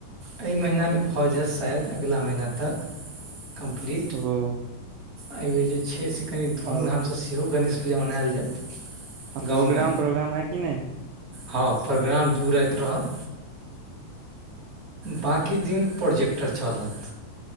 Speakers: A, on the right; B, on the right.
A: एहि महिना में भऽ जायत शायद अगिला महिना तक कम्प्लीट।
B: ओ।
A: एहिबेर जे छै, से कनि धूमधामसँ
B: और
A: सेहो गणेश पूजा मनायल जायत।
B: आ
A: गाँवमे
B: प्रोग्राम- तोग्राम है कि नै?
A: हँ प्रोग्राम दू राइत रहत। बाँकी दिन प्रोजेक्टर चलत।